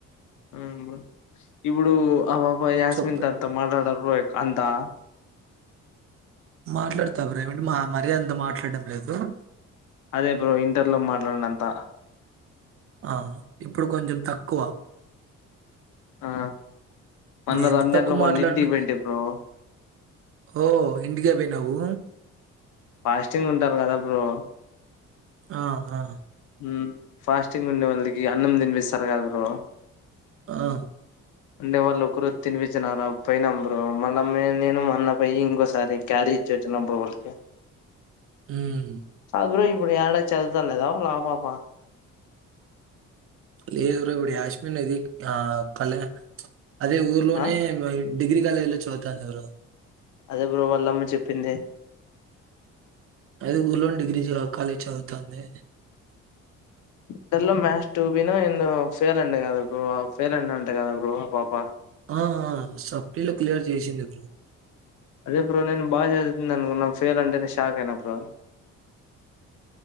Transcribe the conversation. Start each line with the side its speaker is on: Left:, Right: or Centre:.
Left: ఉమ్ బ్రో ఇప్పుడు అపాప యాస్మిన్
Right: చెప్పా
Left: తొ అంత మాటడారు బ్రో అంతా
Right: మాట్లాడతా బ్రో ఏమంటే మా మరి అంత మాట్లాడడం లేదు
Left: అదే బ్రో ఇంటర్లో మాట్లాడినంత
Right: ఆ ఇప్పుడు కొంచెం తక్కువ
Left: ఆ మొన్న
Right: నీ ఎంత
Left: రంజాన్
Right: తక్కువ
Left: లో వాళ్ళ
Right: మాట్లాడిన
Left: ఇంటికి పోయింటి బ్రో
Right: ఓ ఎండిగాభోయ్నావు
Left: ఫాస్టింగ్ ఉంటారు గదా బ్రో
Right: ఆహ్ ఆహ్
Left: మ్ ఫాస్టింగ్ ఉండే వాళ్ళికి అన్నం తినిపిస్తారు కదా బ్రో
Right: ఆ
Left: అంటే వాళ్ళు ఒకరు తినిపిచ్చినారా పోయ్నం బ్రో మళ్ళ నేను మా అన్న పోయి ఇంకోసారి క్యారీ ఇచ్చెచ్చినం బ్రో వల్కి
Right: మ్
Left: అప్పురు ఇప్పుడు యడా చదుతా లేదా లా పాపా
Right: లేదు బ్రో ఇప్పుడు యాశ్మీర్ నది ఆ కళ అదే ఊర్లోనే
Left: ఆ
Right: డిగ్రీ కాలేజ్లో చదువుతాంది బ్రో
Left: అదే బ్రో వాళ్లమ్మ చెప్పింది
Right: అదే ఉర్లోని డిగ్రీ కాలేజ్ చదువుతోంది
Left: ఇన్టర్ లో మ్యాస్ టూ బినో ఎందో ఫెయిల్ అంది కదా బ్రో ఫెల్ అంది అంటే కదా బ్రో ఆ పాప
Right: ఆ సఫ్లీలో క్లియర్ చేసింది బ్రో
Left: అదే బ్రో నేను బాగా చదువుతుంది అనుకున్నా ఫెయిల్ అంటేనే షాక్ అయినా బ్రో